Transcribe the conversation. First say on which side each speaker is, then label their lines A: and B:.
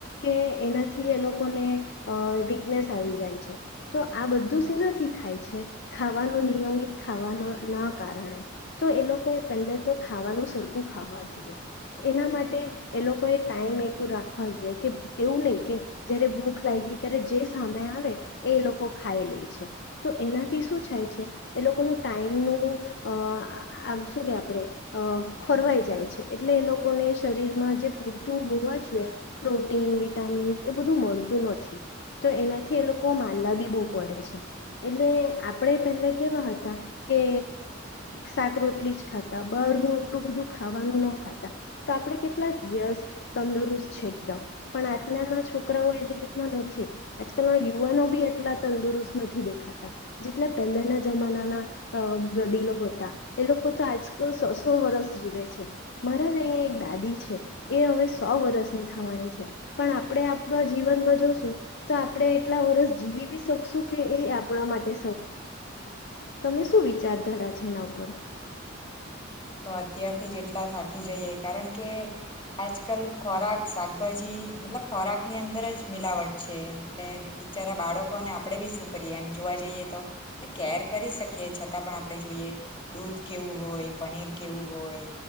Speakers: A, on the left (about 60°); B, on the left (about 25°).
A: કે એનાથી એ લોકોને વીકનેસ આવી જાય છે, તો આ બધું જ એનાથી થાય છે. ખાવાનું નિયમિત ખાવાના ના કારણે, તો એ લોકોએ પહેલે તો ખાવાનું સરખું ખાવા જોઈએ, એના માટે એ લોકોએ ટાઈમ એક રાખવા જોઈએ કે એવું નહીં કે જયારે ભૂખ લાગઈ ત્યારે જે સામે આવે એ એ લોકો ખાઈ લે છે, તો એનાથી શું થાય છે, એ લોકોનું ટાઈમનું આ શું કે આપણે ખોરવાઈ જાય છે એટલે એ લોકોને શરીરમાં જે પૂરતું હોવા જોઈએ, પ્રોટીન, વિટામિન્સ, એ બધું મળતું નથી, તો એનાથી એ લોકો માંદા બી બહુ પડે છે, એટલે આપણે પહેલા કેવા હતા, કે શાક-રોટલી જ ખાતા બહારનું આટલું બધું ખાવાનું ન ખાતા, તો આપણે કેટલા વ્યસ્ત, તંદુરસ્ત છે, એકદમ પણ આજનાના છોકરાઓ એવી રીતના નથી, આજકાલના યુવાનો બી એટલા તંદુરસ્ત નથી દેખાતા. જેટલા પહેલાના જમાનાના વડીલો હતા, એ લોકો તો આજકાલ સો સો વર્ષ જીવે છે, મારા જ અહીં એક દાદી છે, એ હવે સો વર્ષની થવાની છે, પણ આપણે આપણા જીવનમાં જોશું, તો આપણે એટલા વર્ષ જીવી બી શકશું કે એ આપણા માટે તમને શું વિચારધારા છે એના ઉપર?
B: હ હા આપડે તો અત્યારથી જ એટલા થાકી જઈએ કારણ કે, આજકાલ ખોરાક શાકભાજી મતલબ ખોરાકની અંદર જ મિલાવટ છે એટલે બિચારા બાળકોને આપણે બી શું કરીએ એમ જોવા જઈએ તો, એટલે કેર કરી શકીએ છતાં પણ આપણે જોઈએ દૂધ કેવું હોય પનીર કેવું હોય,